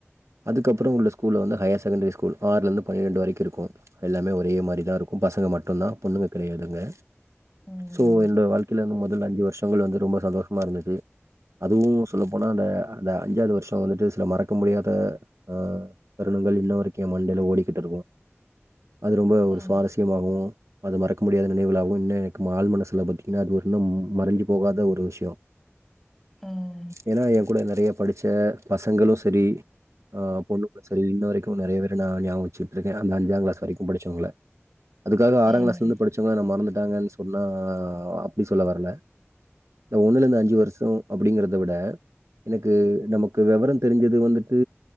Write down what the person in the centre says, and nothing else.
ம்
ம்
ம்
ம்